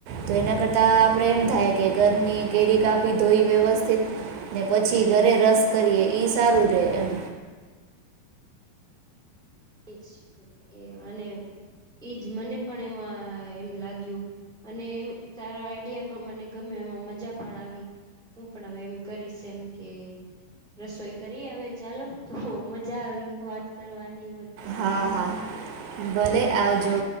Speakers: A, on the right; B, in the centre.
A: તો એના કરતા આપણેે એમ થાય કે ઘરની કેરી કાપી ધોઈ વ્યવસ્થિત ને પછી ઘરે રસ કરીએ સારું રે એમ.
B: જ એ અને એઈજ મને પણ એમાં એમ લાગ્યું અને એમ તારા આઈડિયા પણ મને ગમે એમાં મજા પણ આવી હું પણ હવે એમ કરીશ એમ કે રસોઈ કરી હવે ચાલો તો મજા આવી વાત કરવાની.
A: હા હા ભલે આવજો.